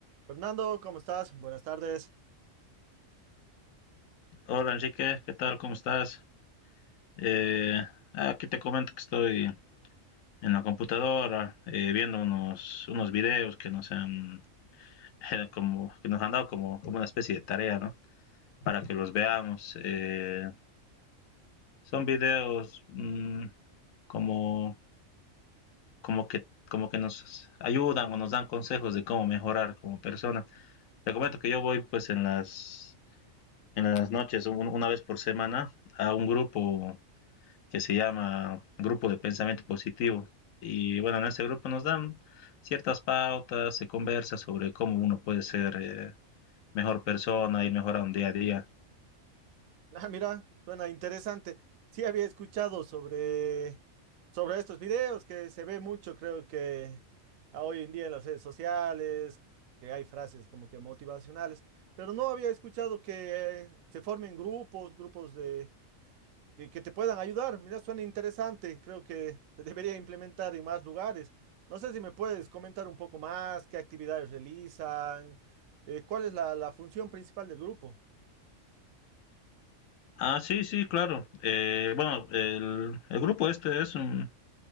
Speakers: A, on the right; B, on the left.
A: Fernando, ¿cómo estás? Buenas tardes.
B: Hola Enrique, ¿qué tal? ¿Cómo estás? Eh, aquí te comento que estoy en la computadora eh, viendo unos, unos videos que nos han, <laughs> como, que nos han dado como, como una especie de tarea, ¿no? Para que los veamos. Eh, son videos mm, como, como que, como que nos ayudan o nos dan consejos de cómo mejorar como persona. Te comento que yo voy pues en las, en las noches, un- una vez por semana, a un grupo que se llama Grupo de Pensamiento Positivo. Y bueno, en este grupo nos dan ciertas pautas, se conversa sobre cómo uno puede ser eh, mejor persona y mejorar un día a día.
A: Ah, mira, suena interesante. Sí había escuchado sobre, sobre estos videos que se ve mucho, creo que a hoy en día en las redes sociales, que hay frases como que motivacionales, pero no había escuchado que eh, se formen grupos, grupos de que, que te puedan ayudar. Mira, suena interesante. Creo que se debería implementar en más lugares. No sé si me puedes comentar un poco más, qué actividades realizan, eh, cuál es la la función principal del grupo.
B: Ah, sí, sí, claro. Eh, bueno, el, el grupo este es un,